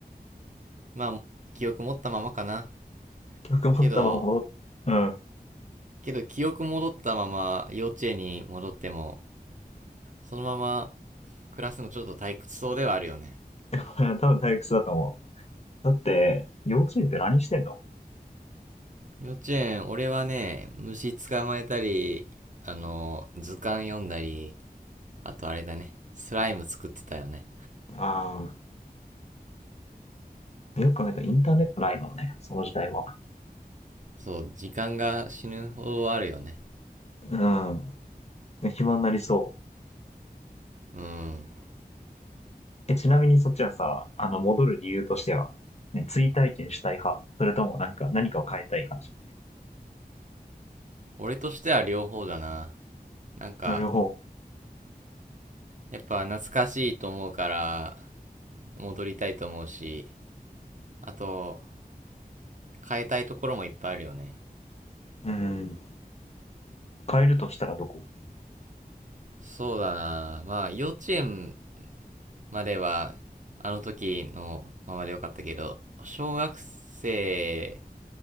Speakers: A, on the right (about 50°); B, on the left (about 40°).
A: まあ、記憶持ったままかな。
B: 記憶を持ったまま戻っ、
A: けど、
B: うん。
A: けど記憶戻ったまま幼稚園に戻っても、そのまま暮らすのちょっと退屈そうではあるよね。
B: <laughs> 多分退屈だと思う。だって、幼稚園って何してんの
A: 幼稚園、俺はね、虫捕まえたり、あの、図鑑読んだり、あとあれだね、スライム作ってたよね。
B: ああ、よく考えたらインターネットないもんね。その時代は。
A: そう、時間が死ぬほどあるよね。
B: うん。暇になりそう。
A: うん。
B: え、ちなみにそっちはさ、あの、戻る理由としては、ね、追体験したい派それともなんか、何かを変えたい感じ
A: 俺としては両方だな。なんか、
B: なるほ
A: やっぱ懐かしいと思うから、戻りたいと思うし、あと、変えたいところもいっぱいあるよね。
B: ど。うん。変えるとしたらどこ
A: そうだなまあ、幼稚園までは、あの時のままでよかったけど、小学生